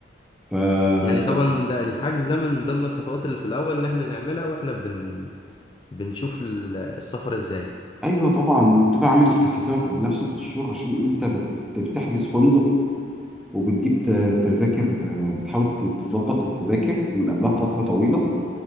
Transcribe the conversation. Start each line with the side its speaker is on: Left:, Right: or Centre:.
Centre: اه فا
Left: يعني طبعا ده الحجز ده من ضمن الخطوات اللي في الاول ان احنا نعملها واحنا بن بنشوف ال- السفر ازاي
Centre: ايوه طبعا بتبقى عامل حسابك قبلها بست شهور عشان انت بت... بتحجز فندق وبتجيب ت- تذاكر آه، بتحاول ت- تظبط التذاكر من قبلها بفتره طويله